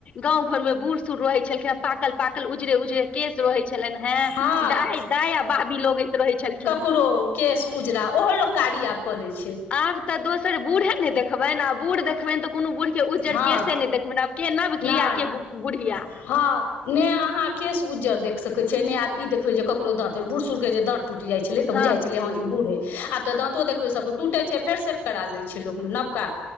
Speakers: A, on the left; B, on the left.
A: गाँव घरमे बूढ़ सुढ़ रहै छलखिन हैं पाकल पाकल उजरे उजरे केश रहै छलनि हें
B: हँ
A: दाइ दाइ आ बाबी लगैत रहै छल
B: करो केश उजरा ओहो लोक कारी आब कऽ लै छै
A: आब तऽ दोसर बूढ़े नै देखबनि आ बूढ़ देखबनि तऽ कोनो बूढ़ के उज्जर
B: हँ
A: केस नै देखबैन आब के नब
B: नहि
A: की आ के बुढ़िया
B: हँ ने अहां केस उज्जर देख सके छिय ने आब ई देखबे जे केकरो दांत ह बूढ़ सूढ़ के जे दांत टूटि जाइ छलै त
A: हँ
B: बुझा छलैँ ई बूढ़यै आब तऽ दाँतो देखबै सब टूटे छै फेर से करा लै छै लोक नबका